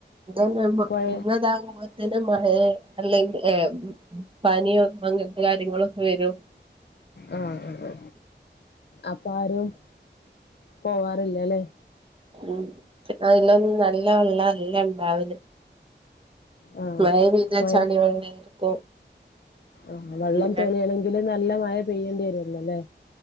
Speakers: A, on the right; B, on the left.
A: <unintelligible> ഇതിന്റെ
B: പൊഴ
A: മയേ അല്ലെങ്കി ഏ പനിയോ, അങ്ങനത്തെ കാര്യങ്ങളൊക്കെ വരും.
B: ആഹ അ അ, അപ്പൊ ആരും പോവാറില്ലലെ?
A: ഉം, അതിലൊന്നും നല്ല വെള്ളല് ല്ലണ്ടാവല്
B: ആഹ്
A: മയ പെയ്ത
B: പൊഴ
A: ചളി വെള്ളായിരിക്കും.
B: ആഹ് വെള്ളം
A: പിന്നെ
B: തെളിയണെങ്കില് നല്ല മയ പെയ്യേണ്ടി വരോല്ലോലെ?